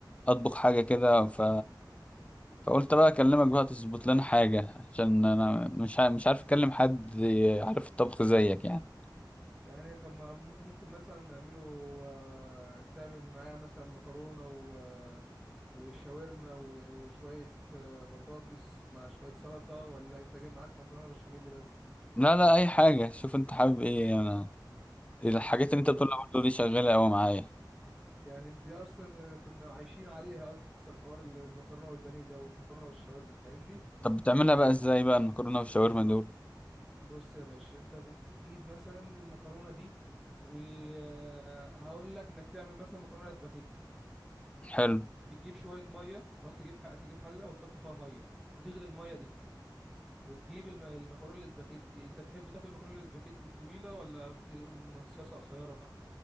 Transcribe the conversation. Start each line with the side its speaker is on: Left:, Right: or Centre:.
Left: اطبخ حاجه كده ف فقلت بقى اكلمك بقى تظبط لنا حاجه عشان انا مش ع... مش عارف اكلم حد عارف الطبخ زيك يعني
Centre: يعني طب ما م- ممكن مثلا نعمله آه، تعمل معاه مثلا مكرونة و آه، وشاورما و- وشوية آه، بطاطس مع شوية سلطة ولا انت جاي معاك مكرونة بشاميل بس
Left: لا لا اي حاجه شوف انت حابب ايه انا الحاجات اللي انت
Centre: ما-
Left: بتقولها برضه دي شغاله قوي معايا
Centre: يعني دي أصلا كنا عايشين عليها أصلا حوار ال- المكرونة والبانيه ده والمكرونة والشاورما فاهمني
Left: طب بتعملها بقى ازاي بقى المكرونه والشاورما دول
Centre: بص يا باشا انت بتجيب مثلا المكرونة دي وهقول لك انك تعمل مثلا مكرونة سباكيتي
Left: حلو
Centre: بتجيب شويه ميه تحط تجيب حق تجيب حله وتحط فيها ميه وتغلي الميه دي وتجيب الم... المكرونه الاسباجيتي انت بتحب تاكل المكرونه الاسباجيتي طويله ولا بت... منصصه قصيره